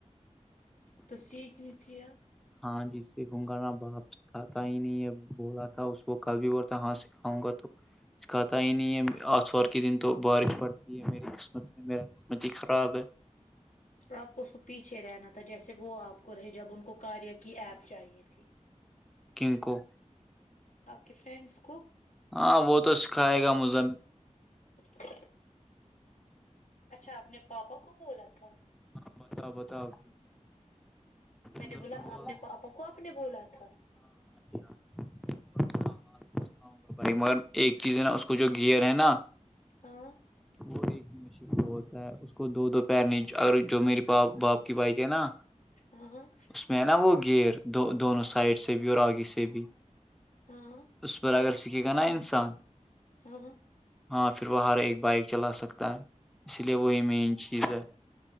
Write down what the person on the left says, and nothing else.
تو سیکھنی تھی آپ
آپ کو اس کو پیچھے رہنا تھا جیسے وہ آپ کو رہے جب ان کو کاریہ کی ایپ چاہیے تھی
آپ کی فرینڈس کو
<inaudible> اچھا اپنے پاپا کو بولا تھا
میں
نے بولا
آپنے پاپا کو آپ نے بولا تھا
ہاں
ہ ہاں
ہاں
ہاں ہاں